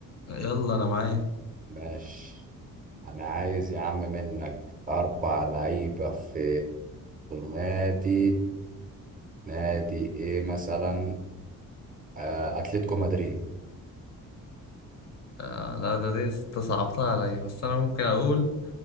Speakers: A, on the left; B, on the right.
A: يلا أنا معاك
B: ماشي أنا عايز يا عم منك أربع لعيبة في نادي نادي إيه مثلا آه أتلتيكو مدريد
A: آه لا ده دي أنت صعبتها عليا بس أنا ممكن أقول